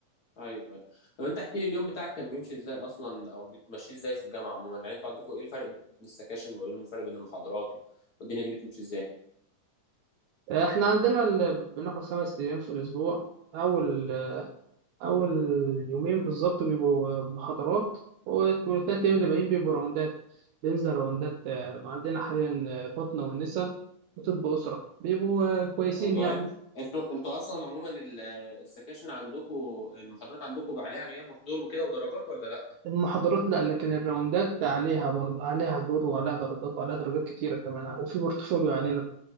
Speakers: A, on the left; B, on the right.
A: ايوه ايوه طب انت احكي لي اليوم بتاعك كان بيمشي ازاي اصلا او بتمشيه ازاي في الجامعه عموما يعني انتوا عندكم ايه الفرق بين السكاشن وايه الفرق بين المحاضرات والدنيا دي بتمشي ازاي
B: آه، إحنا عندنا ال- بناخد خمس أيام في الأسبوع أول أول يومين بالظبط بيبقوا محاضرات والتلات أيام اللي باقيين بيبقوا راوندات بننزل راوندات آه، عندنا حاليا آه، باطنة والنسا وطب أسرة بيبقوا آه، كويسين
A: والله
B: يعني
A: انتوا انتوا اصلا عموما ال- السكاشن عندكم المحاضرات عندكم عليها غياب وحضور وكده ودرجات ولا لا
B: المحاضرات لأ لكن الراوندات عليها برضه عليها دور وعليها درجات وعليها درجات كتيرة كمان وفي بورتفوليو علينا